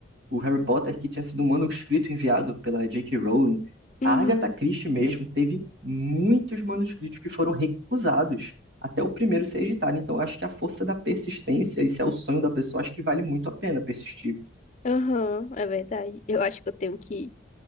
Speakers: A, on the right; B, on the left.
A: o Harry Potter, que tinha sido um manuscrito enviado pela J.K. Rowling. A
B: Uhum,
A: Agatha Christie mesmo teve muitos manuscritos que foram recusados até o primeiro ser editado. Então, eu acho que a força da persistência, esse é o sonho da pessoa, acho que vale muito a pena persistir.
B: aham, é verdade. Eu acho que eu tenho que